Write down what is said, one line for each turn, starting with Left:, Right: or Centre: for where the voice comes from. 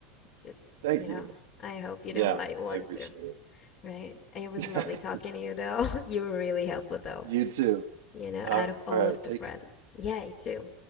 Left: Just,
Right: Thank
Left: you know,
Right: you.
Left: I hope you don't
Right: Yeah,
Left: light one
Right: I appreciate
Left: too, right? It was
Right: it.
Left: lovely talking
Right: <laughs>
Left: to you though. <laughs> You were really helpful though,
Right: You too.
Left: you know,
Right: All
Left: out of all
Right: right,
Left: of
Right: take
Left: the friends.
Right: care.
Left: Yeah, you too.